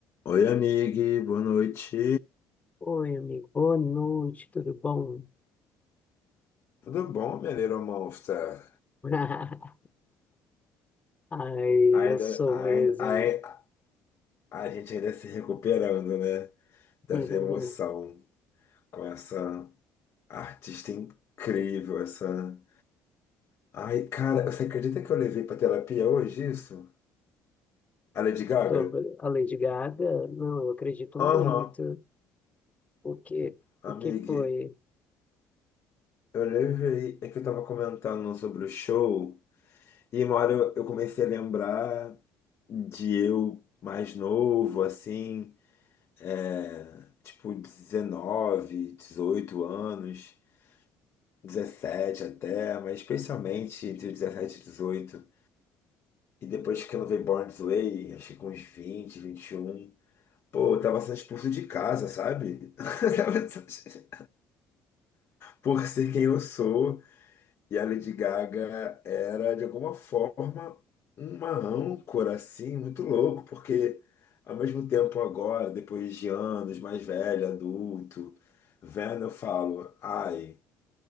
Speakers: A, on the left; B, on the left.
A: Oi, amigue, boa noite.
B: Oi, amigo. Boa noite, tudo bom?
A: Tudo bom, minha Little Monster?
B: <laughs> Ai,
A: Ainda,
B: eu sou
A: ainda,
B: mesmo.
A: ai- a gente ainda se recuperando, né? Dessa
B: <laughs>
A: emoção com essa artista incrível, essa. Ai, cara, você acredita que eu levei pra terapia hoje isso? A Lady Gaga?
B: Sobre a Lady Gaga, não, eu acredito muito.
A: Aham,
B: O que,
A: amiga,
B: o que foi?
A: eu levei. É que eu tava comentando sobre o show e uma hora eu eu comecei a lembrar de eu mais novo, assim. é, tipo 19, 18 anos, 17 até, mas especialmente entre dezessete e dezoito E depois que eu não veio Born This Way, acho que com uns vinte, vinte e um, Pô, eu tava sendo expulso de casa, sabe? <laughs> Tava sendo- Por ser quem eu sou, E a Lady Gaga era, de alguma forma, uma âncora, assim, muito louco, porque, ao mesmo tempo, agora, depois de anos, mais velho, adulto, vendo, eu falo, ai,